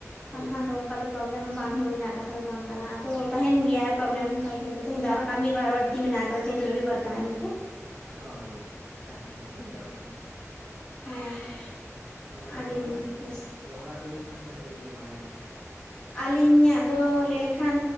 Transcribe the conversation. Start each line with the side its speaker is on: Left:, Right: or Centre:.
Right: ᱦᱩᱭ
Left: ᱵᱟᱝᱠᱷᱟᱱ
Right: ᱫᱟᱲᱮᱭᱟᱜᱼᱟ
Left: ᱫᱚ ᱚᱝᱠᱟ ᱫᱚ ᱯᱨᱚᱵᱮᱞᱮᱢ ᱵᱟᱝ ᱦᱩᱭ ᱨᱮᱱᱟᱜ ᱠᱟᱛᱷᱟ ᱫᱚ ᱵᱟᱝ ᱠᱟᱱᱟ ᱟᱫᱚ
Right: ᱦᱳᱭ
Left: ᱛᱟᱦᱮᱱ
Right: ᱦᱳᱭ
Left: ᱜᱮᱭᱟ ᱯᱨᱚᱵᱮᱞᱮᱢ ᱱᱮᱛᱟᱨ ᱫᱤᱱ ᱫᱚ ᱛᱤᱦᱤᱧ ᱫᱚ ᱟᱨᱦᱚᱸ ᱠᱟᱹᱢᱤ ᱵᱟᱭ ᱵᱟᱲ ᱛᱤ ᱢᱮᱱᱟᱜ ᱟᱠᱟᱫᱟ ᱛᱤᱦᱤᱧ ᱫᱚ ᱨᱚᱵᱤᱵᱟᱨ ᱠᱟᱱᱟ ᱮᱢᱱᱤ ᱛᱮ᱾
Right: ᱦᱳᱭ ᱛᱟᱦᱮᱱ ᱜᱮᱭᱟ ᱦᱳᱭ ᱫᱟᱲᱮᱜ ᱜᱮᱭᱟ ᱾
Left: ᱦᱮᱸ
Right: ᱟᱫᱚ ᱢᱮᱰᱚᱢ
Left: ᱟᱹᱰᱤ
Right: ᱛᱟᱞᱦᱮ
Left: ᱵᱮᱥ
Right: ᱛᱟᱞᱦᱮ ᱚᱲᱟᱜ ᱨᱮᱵᱤᱱ ᱛᱟᱦᱮᱱᱟ ᱥᱮ ᱟᱹᱵᱤᱱ ᱫᱚ ᱵᱟᱦᱮᱨᱮ ᱨᱮ?
Left: ᱟᱹᱞᱤᱧᱟᱜ ᱫᱚ ᱞᱟᱹᱭ ᱞᱮᱠᱷᱟᱱ